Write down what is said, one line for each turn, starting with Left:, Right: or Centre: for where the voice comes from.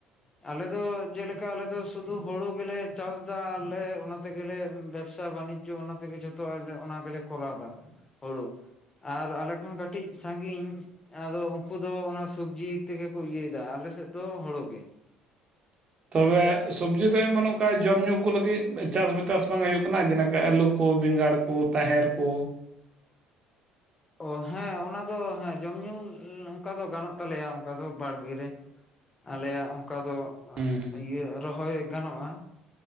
Left: ᱟᱞᱮ ᱫᱚ ᱡᱮᱹᱞᱮᱹᱠ ᱹᱹᱹ ᱟᱞᱮ ᱫᱚ ᱥᱩᱫᱷᱩ ᱦᱳᱲᱳ ᱜᱮᱞᱮ ᱪᱟᱥ ᱮᱫᱟ ᱟᱨᱞᱮ ᱚᱱᱟ ᱛᱮᱜᱮᱞᱮ ᱵᱮᱵᱽᱥᱟ ᱵᱟᱱᱤᱡᱽᱡᱚ ᱚᱱᱟ ᱛᱮᱜᱮ ᱡᱷᱚᱛᱹᱹᱹ ᱛᱚ, ᱟᱞᱮ ᱚᱱᱟ ᱜᱮᱞᱮ ᱠᱚᱨᱟᱣ ᱮᱫᱟ ᱦᱳᱲᱳ, ᱟᱨ ᱟᱞᱮ ᱠᱷᱚᱱ ᱠᱟᱹᱴᱤᱡ ᱥᱟᱺᱜᱤᱧ ᱹᱹᱹ ᱟᱫᱚ ᱩᱱᱠᱩ ᱫᱚ ᱚᱱᱟ ᱥᱚᱵᱡᱤ ᱛᱮᱜᱮ ᱠᱚ ᱤᱭᱟᱹᱭ ᱮᱫᱟ ᱟᱞᱮ ᱥᱮᱫ ᱫᱚ ᱦᱳᱲᱳ ᱜᱮ ᱾
Right: ᱛᱚᱵᱮ, ᱥᱚᱵᱡᱤ ᱫᱚ ᱮᱢ ᱵᱟᱹᱱᱩᱜ ᱹᱹᱹ ᱟ ᱡᱚᱢ ᱧᱩ ᱠᱚ ᱞᱟᱹᱜᱤᱫ ᱪᱟᱥ ᱵᱟ ᱪᱟᱥ ᱵᱟᱝ ᱦᱩᱭᱩᱜ ᱠᱟᱱᱟ ᱡᱮᱞᱮᱠᱟ ᱟᱹᱞᱩ ᱠᱚ ᱵᱮᱸᱜᱟᱲ ᱠᱚ ᱛᱟᱦᱮᱨ ᱠᱚ᱾
Left: ᱚ ᱦᱮᱸ ᱚᱱᱟ ᱫᱚ ᱦᱮᱸ ᱡᱚᱢ ᱧᱩ ᱚᱱᱠᱟ ᱫᱚ ᱜᱟᱱᱚᱜ ᱛᱟᱞᱮ ᱭᱟ ᱚᱱᱠᱟ ᱫᱚ ᱵᱟᱲ ᱜᱮ ᱨᱮ, ᱟᱞᱮᱭᱟᱜ ᱚᱝᱠᱟ ᱫᱚ
Right: ᱦᱩᱸ
Left: ᱤᱭᱟᱹ ᱨᱚᱦᱚᱭ ᱜᱟᱱᱚᱜᱼᱟ,